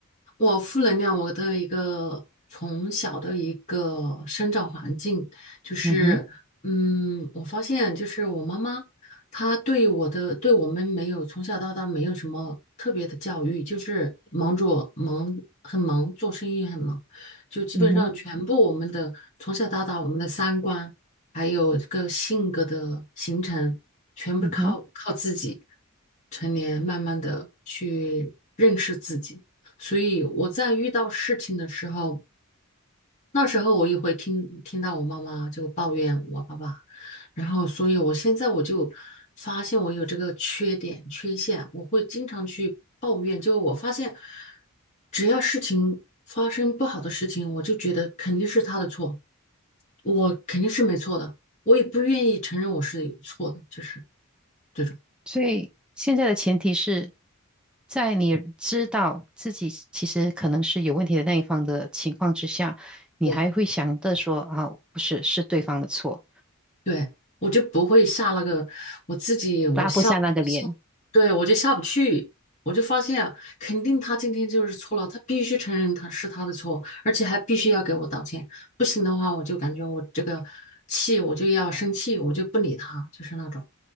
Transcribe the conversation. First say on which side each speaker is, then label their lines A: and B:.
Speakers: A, on the left (about 30°); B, in the centre.
A: 我负能量，我的一个从小的一个生长环境，就是，
B: 嗯哼，
A: 嗯，我发现就是我妈妈，她对我的，对我们没有从小到大没有什么特别的教育，就是忙着忙，很忙，做生意很忙，就基本上全部我们的从小到大我们的三观，
B: 嗯哼，
A: 还有这个性格的形成，全部靠靠自己，
B: 嗯哼。
A: 成年慢慢的去认识自己。所以我在遇到事情的时候，那时候我也会听听到我妈妈就抱怨我爸爸，然后所以我现在我就发现我有这个缺点缺陷，我会经常去抱怨。就我发现，只要事情发生不好的事情，我就觉得肯定是他的错，我肯定是没错的，我也不愿意承认我是有错的，就是这种。
B: 所以现在的前提是在你知道自己其实可能是有问题的那一方的情况之下，你还会想着说啊，
A: 对。
B: 不是，是对方的错，
A: 对，我就不会下那个，我自己我下下，
B: 拉不下那个脸。
A: 对，我就下不去，我就发现肯定他今天就是错了，他必须承认他是他的错，而且还必须要给我道歉，不行的话我就感觉我这个气我就要生气，我就不理他，就是那种